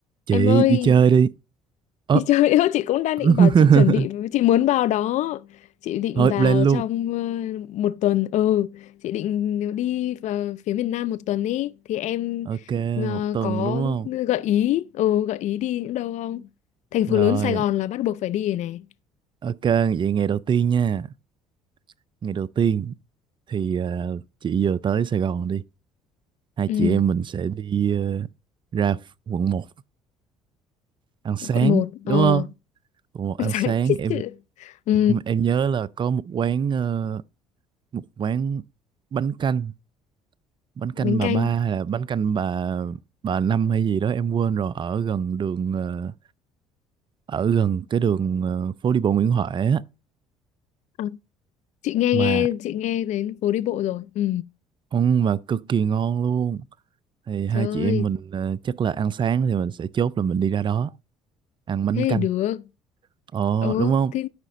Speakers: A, on the right; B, on the left.
A: Chị
B: Em ơi,
A: đi chơi đi.
B: <laughs>
A: Ơ,
B: thì trời ơi chị cũng đang
A: <laughs>
B: định bảo chị chuẩn bị chị muốn vào đó. Chị định
A: thôi
B: vào
A: plan luôn.
B: trong ờ, một tuần. Ừ, chị định đi vào phía miền Nam một tuần ý thì em
A: Ok,
B: ờ,
A: một tuần
B: có
A: đúng không?
B: gợi ý, ừ gợi ý đi những đâu không? Thành
A: Rồi,
B: phố lớn Sài Gòn là bắt buộc phải đi rồi này.
A: ok, vậy ngày đầu tiên nha. Ngày đầu tiên thì ờ, chị vừa tới Sài Gòn đi. Hai
B: Ừ,
A: chị em mình sẽ đi ờ, ra quận một ăn sáng,
B: quận một
A: đúng
B: Ờ,
A: không? Quận 1 ăn
B: <laughs>
A: sáng,
B: sáng chết
A: em
B: chữ. Ừ,
A: em nhớ là có một quán ờ, một quán bánh canh, bánh canh
B: Bánh
A: bà
B: Canh.
A: ba hay là bánh canh bà bà năm hay gì đó em quên rồi ở gần đường ờ, ở gần cái đường ờ, phố đi bộ Nguyễn Huệ á
B: À, chị nghe
A: mà
B: nghe, chị nghe đến phố đi bộ rồi. Ừ.
A: ăn mà cực kỳ ngon luôn thì hai
B: Trời
A: chị
B: ơi,
A: em mình ờ, chắc là ăn sáng thì mình sẽ chốt là mình đi ra đó ăn bánh
B: thế thì
A: canh
B: được.
A: ờ
B: ừ
A: đúng không
B: thế